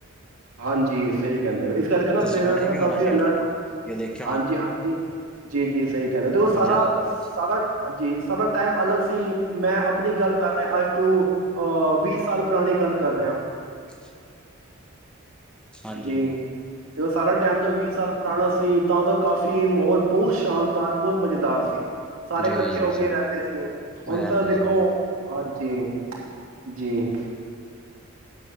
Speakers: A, on the right; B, in the centre.
A: ਹਾਂਜੀ ਸਹੀ ਕਹਿੰਦੇ ਪੈ ਕਰਕੇ ਨਾ
B: ਤੁਸੀਂ
A: ਪੇਰੈਂਟਸ
B: ਪੜ੍ਹਿਆ
A: ਨਾਲ
B: ਵੀ ਹੋਣਾ
A: ਕਾਫੀ
B: ਸ਼ਾਇਦ
A: ਅਲਰਟ ਹੋਗੇ
B: ਇਹ ਦੇਖਿਆ
A: ਹਾਂਜੀ,
B: ਹੋਣਾ
A: ਹਾਂਜੀ ਜੀ ਜੀ, ਸਹੀ ਕਹਿ ਰੇ, ਦੇਖੋ
B: ਪੰਜਾਬ
A: ਸਾਰਾ-ਸਾਰਾ
B: ਦੇ ਵਿੱਚ
A: ਹਾਂਜੀ ਸਾਡਾ ਟਾਈਮ ਅਲੱਗ ਸੀ। ਅਂ ਮੈਂ ਆਪਣੀ ਗੱਲ ਕਰ ਰਿਹਾ ਅੱਜ ਤੋਂ ਅਹ ਵੀਹ ਸਾਲ ਪੁਰਾਣੀ ਗੱਲ ਕਰ ਰਿਆਂ।
B: <unintelligible> ਹਾਂਜੀ
A: ਜੀ ਤੇ ਉਹ ਸਾਰਾ ਟਾਈਮ ਤੋਂ ਵੀਹ ਸਾਲ ਪੁਰਾਣਾ ਸੀ ਤਾਂ ਤਾਂ ਕਾਫ਼ੀ ਮਾਹੌਲ ਬਹੁਤ ਸ਼ਾਨਦਾਰ ਬਹੁਤ ਮਜ਼ੇਦਾਰ ਸੀ। ਸਾਰੇ
B: ਜੀ
A: ਇਕੱਠੇ
B: ਜੀ
A: ਹੋ
B: ਜੀ
A: ਕੇ ਰਹਿੰਦੇ ਸੀ ਹੁਣ
B: ਰਹਿੰਦੇ
A: ਤਾਂ ਦੇਖੋ
B: ਸੀਗੇ
A: ਹਾਂਜੀ ਜੀ ਜੀ।